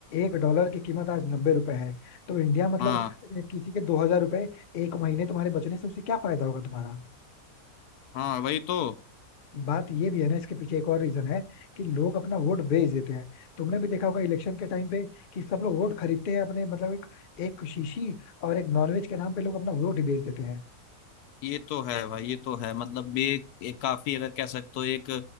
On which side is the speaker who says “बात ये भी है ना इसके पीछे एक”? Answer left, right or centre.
Left